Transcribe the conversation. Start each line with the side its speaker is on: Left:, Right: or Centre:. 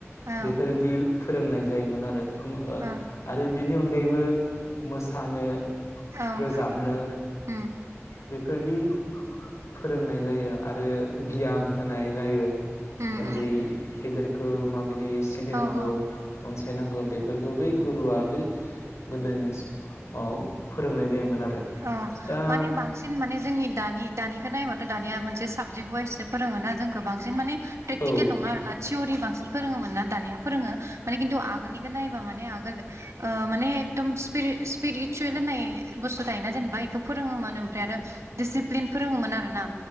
Right: औ
Left: बेफोरदि फोरोंनायायो जायोमोन आरो
Right: औ
Left: आरो बेनि अनगायैबो मोसानो
Right: औ
Left: रोजाबनो
Right: उम
Left: बेफोरदि फोरोंनाय जायो आरो गियान होनाय जायो
Right: उम
Left: ओनदै
Right: उम
Left: गेदेर <unintelligible> बियो सिबिनांगौ
Right: औ औ
Left: अनसायनांगौ बे बेफोरखौ बै गुरुवआ बै गोदोनि समाव फोरोंनाय जायोमोन आरो
Right: औ
Left: दा
Right: माने बांसिन माने जोंनि दानि दानि बेखौ नायोबाथ दानिया मोन साबजेक्ट वाइसो फोरोङोना जोंखौ बांसिन माने प्रेकटिकेल
Left: माने
Right: नङा आर ना थियरि बांसिन फोरोङोमोन ना दानिया फोरोङो माने खिन्थु आगोलनिखौ नायोबा माने आगोल ओ माने एदम सिफि-सिफिरिसुयेल होननाय बुस्थु थायोना जेनेबा बेखौ फोरोङोमोन ओमफ्राय आरो दिडसिप्लिन फोरोङोमोन आरोना